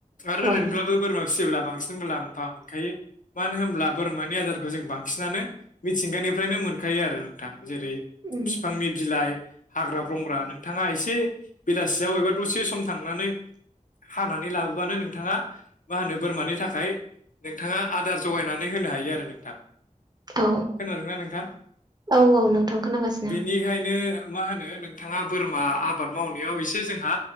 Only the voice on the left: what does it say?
आरो
ओरैनोब्लाबो बोरमा फिसियोब्ला बांसिन मुलाम। फा मोनखायो। मानो होनब्ला बोरमानि आदारखौ जों बांसिनानो मिथिंगानिफ्रायनो मोनखायो आरो नोंथाङा। जेरै
बफफांनि बिलाइ। हाग्रा ब्रंग्रा नोंथाङा एसे बेलासियाव एबा दसे सम थांनानै। हानानै लाबोबानो नोंथाङा मा होनो बोरमानि थाखाय। नोंथाङा आदार जगायनानै होनो हायो आरो नोंथां।
खोनादोंना नोंथां
बेनिखायनो। मा होनो नोंथाङा बोरमा आबाद मावनायाव एसे जोंहा